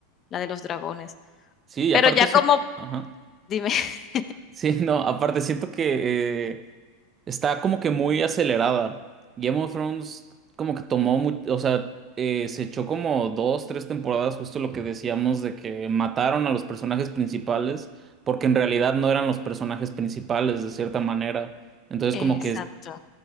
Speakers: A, on the left; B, on the right.
A: la de los dragones.
B: Sí, y
A: Pero
B: aparte
A: ya
B: siento,
A: como
B: ajá.
A: dime. <laughs>
B: Sí, <laughs> no, aparte siento que eh, está como que muy acelerada. Game of Thrones como que tomó mucho, o sea, eh, se echó como dos, tres temporadas, justo lo que decíamos de que mataron a los personajes principales, porque en realidad no eran los personajes principales de cierta manera. Entonces
A: Exacto.
B: como que